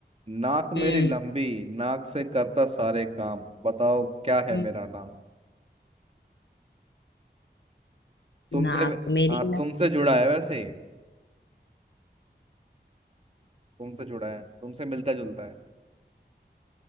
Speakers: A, on the right; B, on the left.
A: नाक मेरी
B: हम्म
A: लंबी नाक से करता सारे काम बताओ क्या है
B: हम्म।
A: मेरा नाम तुमसे
B: नाक मेरी
A: हाँ
B: ना
A: तुमसे जुड़ा है वैसे ही तुमसे जुड़ा है तुमसे मिलता जुलता है